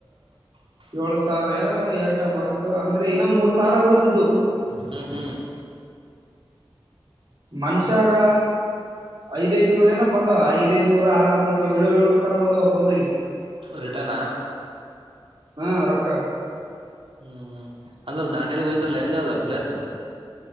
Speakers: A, on the right; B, on the right.
A: <inaudible>
B: ಏಳ್ ಸಾವಿರ ಏಟ ಬಂತು ಅಂದ್ರೆ ಇನ್ನ ಮೂರ್ ಸಾವಿರ ಉಳ್ದ್ದು
A: ಹ್ಮ ಹ್ಮ್
B: ಮನುಷಾಗ ಐದೈಐದನೂರ ಏನ ಬಂದ್ ಐದ ಐದನೂರು ಆರುನೂರು ಏಳ್ ಏಳ್ನೂರ್ ತನ ಬಂದ್ ಒಬ್ರಿಗೆ
A: ರಿಟನಾ
B: ಹಾ ರಕ್ಕಾ
A: ಹ್ಮ್ ಅಂದ್ರೆ ದಾಂಡಿಯಲಿ ಹೋಯ್ದ್ರಲ್ಲ ಹೆಂಗ ಅದ ಪ್ಲೇಸ್